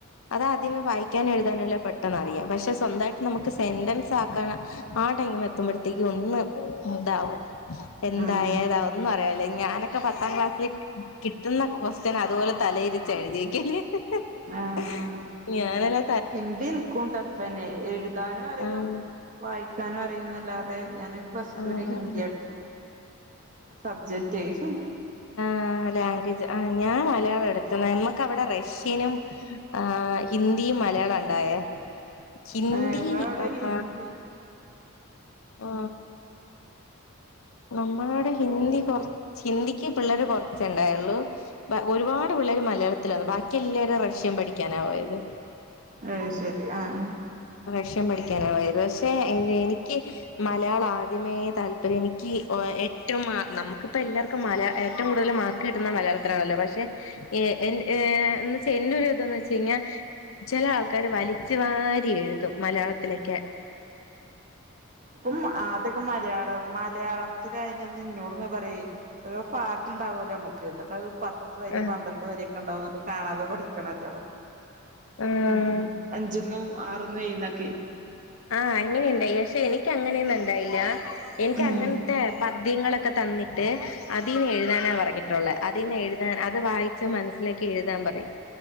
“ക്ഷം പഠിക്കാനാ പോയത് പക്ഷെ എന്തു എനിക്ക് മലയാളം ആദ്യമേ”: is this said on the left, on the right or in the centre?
Left